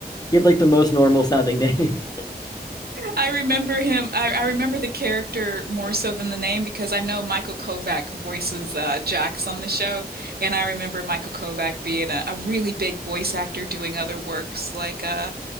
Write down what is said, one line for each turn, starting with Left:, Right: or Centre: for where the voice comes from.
Left: He had like the most normal sounding name.
Right: I remember him. I, I remember the character more so than the name because I know Michael Kovac voices uh, Jax on the show, and I remember Michael Kovac being a, a really big voice actor doing other works like uh,